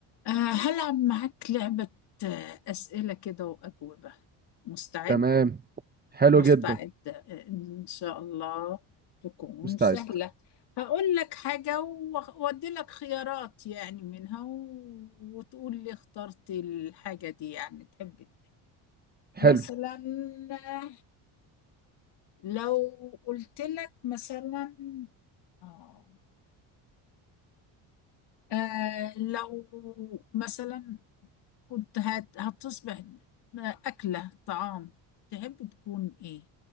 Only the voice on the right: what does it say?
تمام حلو
جدا
مستعد
حلو